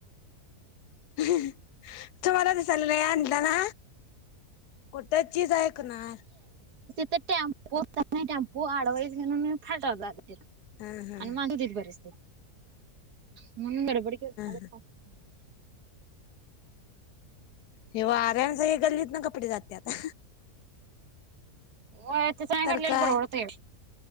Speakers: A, on the left; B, on the right.
A: तुम्हाला तर <unintelligible> आणलं ना कुठ चीज ऐकणार
B: तर टॅम्पो होता की नाय टॅम्पो आडवा येईल म्हणून मी फाटावर आलो
A: हा हा हा
B: आणि माग ते बरसते म्हणून गडबड
A: हा
B: <unintelligible>
A: हे वाऱ्यानं सगळी गल्लीतना कपडे जात्यात.
B: व्हय तेच नाय
A: तर
B: घातलेलं
A: काय
B: परवडतय.